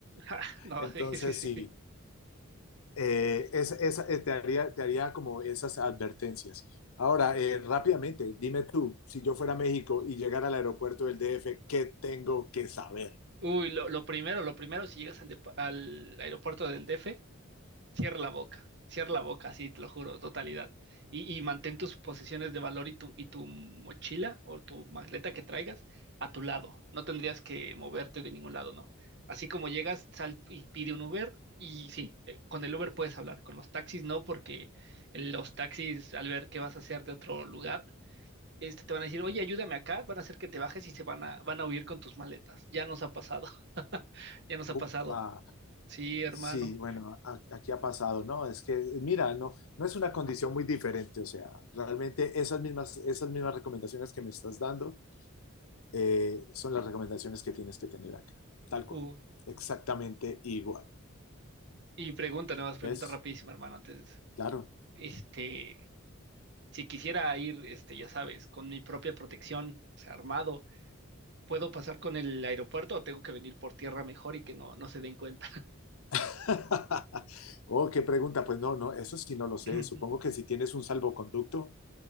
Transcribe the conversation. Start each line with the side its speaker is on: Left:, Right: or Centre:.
Right: Ja, No,
Left: Entonces,
Right: sí, sí, sí.
Left: sí. eh, esa- esa- eh, te haría, te haría como esas advertencias. Ahora, eh, rápidamente, dime tú, si yo fuera a México y llegara al aeropuerto del DF, ¿qué tengo que saber?
Right: Uy, lo, lo primero, lo primero, si llegas al, depa- al aeropuerto del DF, Cierra la boca, cierra la boca, sí, te lo juro, totalidad. Y, y mantén tus posesiones de valor y tu, y tu mochila o tu maleta que traigas a tu lado. No tendrías que moverte de ningún lado, ¿no? Así como llegas, sal y pide un Uber y sí, eh, con el Uber puedes hablar, con los taxis no, porque los taxis al ver qué vas a hacer de otro lugar, este, te van a decir, oye, ayúdame acá, van a hacer que te bajes y se van a, van a huir con tus maletas. Ya nos ha pasado, <laughs> ya nos
Left: Upa,
Right: ha pasado. Sí, hermano.
Left: sí, bueno, a- aquí ha pasado, ¿no? Es que, mira, no, no es una condición muy diferente, o sea, realmente esas mismas, esas mismas recomendaciones que me estás dando eh, son las recomendaciones que tienes que tener acá, tal cual,
Right: Uh,
Left: exactamente igual,
Right: Y pregunta, nada más pregunta
Left: ¿ves?
Right: rapidísima, hermano. Antes,
Left: Claro.
Right: este, si quisiera ir, este, ya sabes, con mi propia protección, o sea, armado, ¿puedo pasar con el aeropuerto o tengo que venir por tierra mejor y que no, no se den cuenta?
Left: <laughs> Oh, qué pregunta. Pues no, no, eso sí no lo sé.
Right: <clears throat>
Left: Supongo que si tienes un salvoconducto,